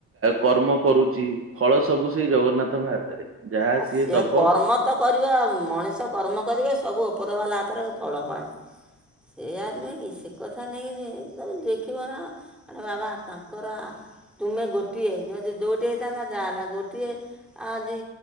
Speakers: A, on the right; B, in the centre.
A: କର୍ମ କରୁଛି ଫଳ ସବୁ ସେଇ ଜଗନ୍ନାଥଙ୍କ ହାତରେ। ଯାହା
B: ଆ
A: ସିଏ
B: ସେ
A: ଦବ
B: କର୍ମ ତ କରିବ ମଣିଷ କର୍ମ କରିବେ ସବୁ ଉପର ବାଲା ହାତରେ ଫଳ ପାଏ। ସେୟା ନୁହେଁ କି ସେ କଥା ନେଇକି ତମେ ଦେଖିବ ନା। ଆରେ ବାବା ତାଙ୍କର ତୁମେ ଗୋଟିଏ ଯଦି ଦୋଟିଏ ହେଇଥାନ୍ତା ଯାହା ହେଲା ଗୋଟିଏ ଆଜି